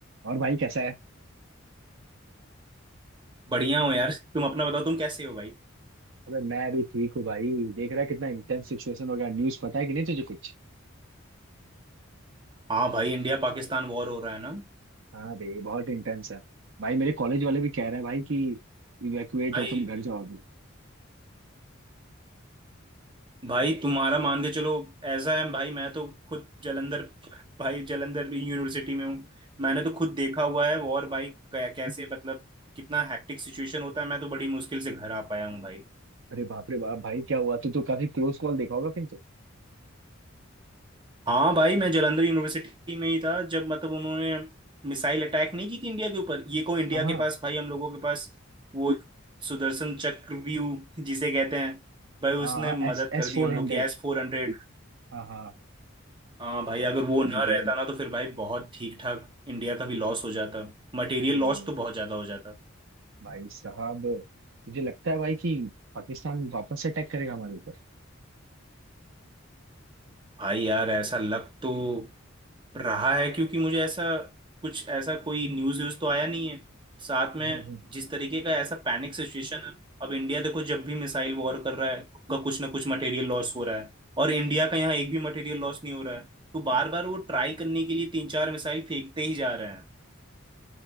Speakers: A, on the right; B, on the right.
A: और भाई कैसा है
B: बढ़िया हो यार तुम अपना बताओ तुम कैसे हो भाई
A: अबे मैं भी ठीक हूँ भाई देख रहा है कितना इंटेंस सिचुएशन हो गया न्यूज़ पता है कि नहीं तुझे कुछ
B: हाँ भाई इंडिया पाकिस्तान वॉर हो रहा है ना
A: हाँ बे बहुत इंटेंस है भाई मेरे कॉलेज वाले भी कह रहे हैं भाई कि इवैक्यूएट
B: भाई
A: हो तुम घर जाओ अभी
B: भाई तुम्हारा मान के चलो ऐसा है भाई मैं तो खुद जालंधर भाई जालंधर यूनिवर्सिटी में हूँ मैंने तो खुद देखा हुआ है वॉर भाई कै, कैसे मतलब कितना हैक्टिक सिचुएशन होता है मैं तो बड़ी मुश्किल से घर आ पाया हूँ भाई
A: अरे बाप रे बाप भाई क्या हुआ तू तो काफी क्लोज कॉल देखा होगा किंतु
B: हाँ भाई मैं जलंधर यूनिवर्सिटी में ही था जब मतलब उन्होंने मिसाइल अटैक नहीं की थी इंडिया के ऊपर ये को इंडिया
A: हाँ हाँ
B: के पास भाई हम लोगों के पास वो सुदर्शन चक्रव्यूह <laughs> जिसे कहते हैं भाई
A: हाँ
B: उसने
A: हाँ
B: मदद
A: एस एस
B: कर दी
A: फोर
B: हम
A: हंड्रेड
B: लोग की एस फोर हंड्रेड
A: हाँ हाँ
B: हाँ भाई अगर वो ना रहता हम्म। ना तो फिर भाई बहुत ठीक ठाक इंडिया का भी लॉस हो जाता मटेरियल
A: अरे
B: लॉस तो बहुत ज्यादा हो जाता
A: भाई साहब मुझे लगता है भाई कि पाकिस्तान वापस अटैक करेगा हमारे ऊपर
B: भाई यार ऐसा लक तो रहा है क्योंकि मुझे ऐसा कुछ ऐसा कोई न्यूज़ व्यूज़ तो आया नहीं है साथ में
A: हम्म, हम्म।
B: जिस तरीके का ऐसा पैनिक सिचुएशन है अब इंडिया देखो जब भी मिसाइल वॉर कर रहा है उसका कुछ ना कुछ मटेरियल लॉस हो रहा है और इंडिया का यहाँ एक भी मटेरियल लॉस नहीं हो रहा है तो बार बार वो ट्राई करने के लिए तीन चार मिसाइल फेंकते ही जा रहे हैं